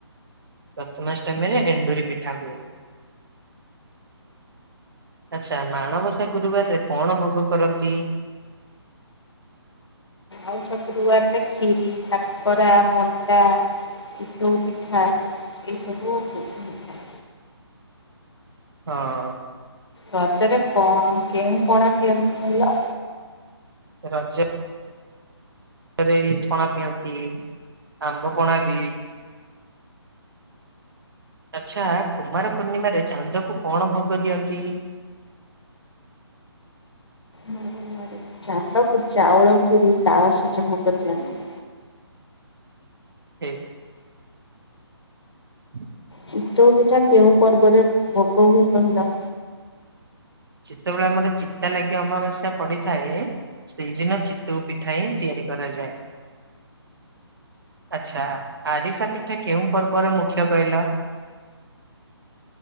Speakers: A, on the right; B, on the left.
A: ପ୍ରଥମାଷ୍ଟମୀରେ ଏଣ୍ଡୁରି ପିଠା ହୁଏ। ଆଛା ମାଣବସା ଗୁରୁବାରରେ କଣ ଭୋଗ କରନ୍ତି?
B: ଆଉ ଶୁକ୍ରୁବାରରେ କ୍ଷୀରି କାକରା ମଣ୍ଡା ଚିତଉ ପିଠା ଏଇ ସବୁ ହେଇଥାଏ
A: ହଁ
B: ରଜରେ କଣ କେଉଁ ପଣା ପିଅନ୍ତି କହିଲ?
A: ରଜ ରେ ଲିଚ ପଣା ପିଅନ୍ତି ଆମ୍ବ ପଣା ବି ଆଚ୍ଛା କୁମାର ପୂର୍ଣ୍ଣିମାରେ ଚାନ୍ଦକୁ କଣ ଭୋଗ ଦିଅନ୍ତି?
B: ମର ଭନ୍ୟବାଦରେ <inaudible> ଚାନ୍ଦକୁ ଚାଉଳ କ୍ଷୀରି ତାଳ ସଜ ଭୋଗ ଦିଅନ୍ତି।
A: ଠିକ <inaudible>
B: ଚିତଉ ପିଠା କେଉଁ ପର୍ବରେ ଭୋଗ ହୁଏ କହିଲ?
A: ଯେତେବେଳେ ଆମର ଚିତା ଲାଗି ଅମାବାସ୍ୟା ପଡିିଥାଏ। ସେଇଦିନ ଚିତଉ ପିଠା ହିଁ ତିଆରି କରାଯାଏ। ଆଚ୍ଛା ଆରିସା ପିଠା କେଉଁ ପର୍ବର ମୁଖ୍ୟ କହିଲ?